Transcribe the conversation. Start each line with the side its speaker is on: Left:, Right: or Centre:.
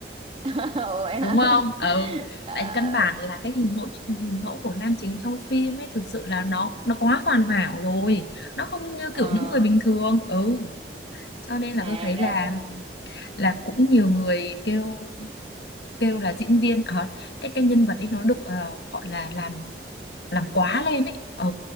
Right: <laughs> ủa vậy
Left: đúng
Right: hả?
Left: không? Ừ,
Right: Ờ.
Left: tại căn bản là cái hình mẫu hình mẫu của nam chính trong phim ấy thực sự là nó nó quá hoàn hảo rồi, nó không như
Right: Ờ,
Left: kiểu những người bình thường. Ừ, cho nên là
Right: à
Left: tôi thấy
Right: ra
Left: là
Right: vậy.
Left: là cũng nhiều người kêu kêu là diễn viên ở cái cái nhân vật ấy nó được ờ, gọi là làm làm quá lên ấy. Ừ,